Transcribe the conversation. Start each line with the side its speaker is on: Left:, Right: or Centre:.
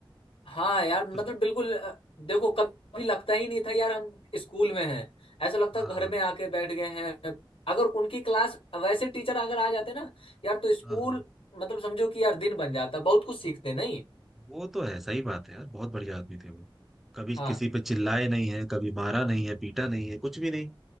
Left: हाँ यार मतलब
Centre: कुछ
Left: बिल्कुल अ, देखो कभी लगता ही नहीं था यार हम स्कूल में हैं ऐसा लगता
Centre: हाँ
Left: घर में आके बैठ गए हैं अगर उनकी क्लास वैसे टीचर अगर आ जाते ना यार तो स्कूल
Centre: हाँ हाँ
Left: मतलब समझो कि यार दिन बन जाता बहुत कुछ सीखते नहीं
Centre: वो तो है सही बात है यार बहुत बढ़िया आदमी थे वो कभी
Left: हाँ
Centre: किसी पे चिल्लाए नहीं है कभी मारा नहीं है पीटा नहीं है कुछ भी नहीं